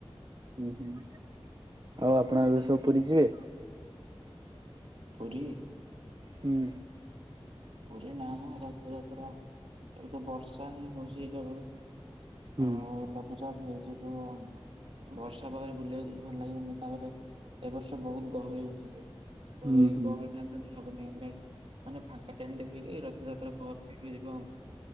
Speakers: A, on the right; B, on the right.
A: ହୁଁ ହୁଁ ଆଉ ଆପଣ
B: ମଟନ
A: ଏବେ ସବୁ
B: ଖାଏ।
A: ପୁରୀ ଯିବେ?
B: ପୁରୀ।
A: ହୁଁ।
B: ପୁରୀ ନା ମ ରଥଯାତ୍ରା ଏବେ ତ ବର୍ଷା ହିଁ ହଉଛି କେବଳ।
A: ହୁଁ
B: ଓ ଲଘୁ ଚାପ ହେଇଚି କେବଳ। ବର୍ଷା ପାଗରେ ବୁଲିବାକୁ ଭଲ ଲାଗିବନି ତାପରେ ଏ ବର୍ଷ ବହୁତ ଗହଳି ହଉଚନ୍ତି। ତ
A: ହୁଁ
B: ଏଇ
A: ହୁଁ
B: ଗହଳି ଟାଇମରେ ହବନି ନେକ୍ସ ମାନେ ଫାଙ୍କା ଟ୍ରେନ୍ ଦେଖିକି ରଥଯାତ୍ରା ପରେ ଯିବେ ଯିବ ଆଉ